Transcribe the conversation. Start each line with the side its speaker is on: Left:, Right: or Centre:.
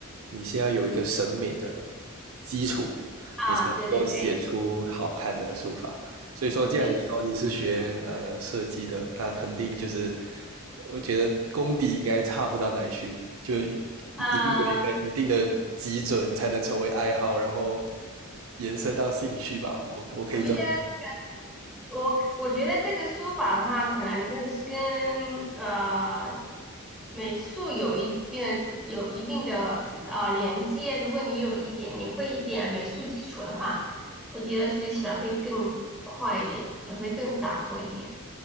Right: 你先要有一个审美的基础，
Centre: <laughs> 啊，
Right: 你才能够写出好看的书法。
Centre: 对对对
Right: 所以说，既然你说你是学呃设计的，
Centre: 对，
Right: 那肯定就是我觉得功底应该差不到哪里去，就一一定有一个一定的基准才能成为爱好，
Centre: 嗯，
Right: 然后延伸到兴趣吧。我我可以这么
Centre: 我觉得。我我觉得这个书法的话，可能真的是跟呃美术有一定的有一定的呃连接。如果你有一点，你会一点美术基础的话，我觉得学起来会更快一点，也会更洒脱一点。